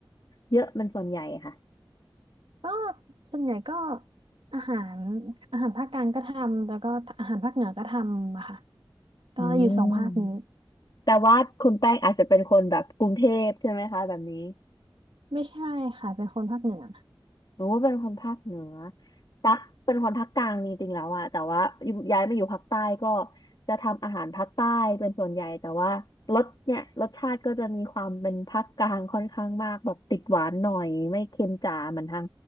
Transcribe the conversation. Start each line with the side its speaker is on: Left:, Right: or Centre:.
Left: เยอะมันส่วนใหญ่ค่ะ
Right: ำก็ส่วนใหญ่ก็อาหารอาหารภาคกลางก็ทำแล้วก็อาหารภาคเหนือก็ทำอะค่ะก็อยู่สองภาคนี้
Left: อืมแต่ว่าคุณแป้งอาจจะเป็นคนแบบกรุงเทพใช่ไหมคะแบบนี้
Right: ไม่ใช่ค่ะเป็นคนภาคเหนือ
Left: หนูเป็นคนภาคเหนือตักเป็นคนภาคกลางจริงๆแล้วอะแต่ว่าอยู่ย้ายมาอยู่ภาคใต้ก็จะทำอาหารภาคใต้เป็นส่วนใหญ่แต่ว่ารสเนี่ยรสชาติก็จะมีความเป็นภาคกลางค่อนข้างมากแบบติดหวานหน่อยไม่เค็มจ๋าเหมือนทาง